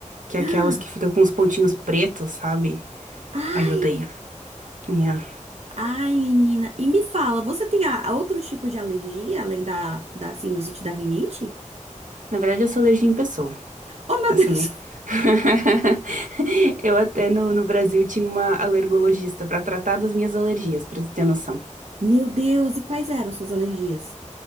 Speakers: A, on the right; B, on the right.
A: que é
B: Ah,
A: aquelas que ficam com os pontinhos pretos, sabe?
B: Ai,
A: Ai, eu odeio. É.
B: ai, menina. E me fala, você tem a- outro tipo de alergia além da, da sinusite e da rinite?
A: Na verdade, eu sou alergia em pessoa,
B: Oh, meu
A: assim.
B: Deus! <laughs>
A: <laughs> Eu até no, no Brasil tinha uma alergologista pra tratar das minhas alergias, pra tu ter noção.
B: Meu Deus, e quais eram suas alergias?